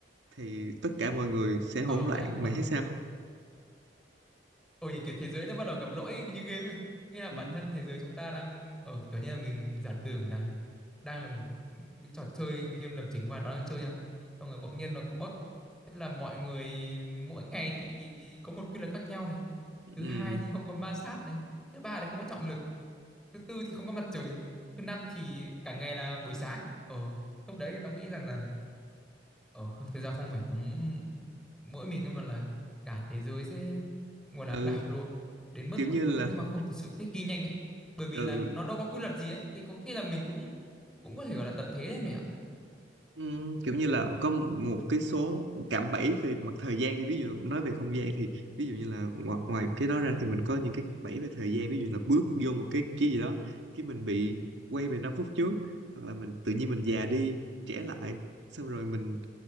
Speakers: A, on the right; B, in the centre.
A: thì tất cả mọi người sẽ hỗn
B: ờ
A: loạn
B: ha ờ
A: mày thấy sao
B: Ôi như kiểu thế giới nó bắt đầu gặp lỗi như game ấy. Nghĩa là
A: ừ,
B: bản thân thế giới chúng ta đang ở kiểu như là mình giả tưởng là đang là một cái trò chơi game lập trình và nó đang chơi nha. Xong rồi bỗng nhiên nó có bug. Tức là mọi người mỗi ngày thì có một quy luật khác nhau này. Thứ
A: ừ,
B: hai thì không có ma sát này. Thứ ba thì không có trọng lực. Thứ tư thì không có mặt trời. Thứ năm thì cả ngày là buổi sáng. Ờ, lúc đấy thì tao nghĩ rằng là Ờ, không- thực ra không phải cúm mỗi mình cơ mà là cả thế giới sẽ gọi
A: ừ
B: là đảo lộn đến mức
A: kiểu như
B: mà có
A: là
B: lẽ nếu mà không thật sự thích nghi nhanh ấy bởi vì
A: ừ
B: là nó đâu có quy luật gì ấy thì có khi là mình cũng cũng có thể gọi là tận thế đấy mày ạ
A: Ừm, kiểu như là có một cái số cạm bẫy về mặt thời gian đi ví dụ nói về không gian thì ví dụ như là ngoài, ngoài cái đó ra thì mình có những cái bẫy về thời gian ví dụ là bước vô một cái cái gì đó cái mình bị quay về 5 phút trước hoặc là mình tự nhiên mình già đi trẻ lại xong rồi mình